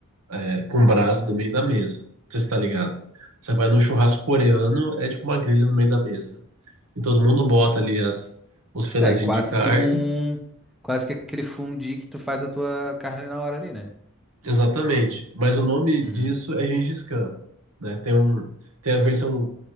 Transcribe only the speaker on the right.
é, com brasa no meio da mesa. Você está ligado? Você vai no churrasco coreano, é tipo uma grelha no meio da mesa. E todo mundo bota ali as, os filezinhos
de carne.
Exatamente. Mas o nome
disso é Gengis Khan, né? Tem um, tem a versão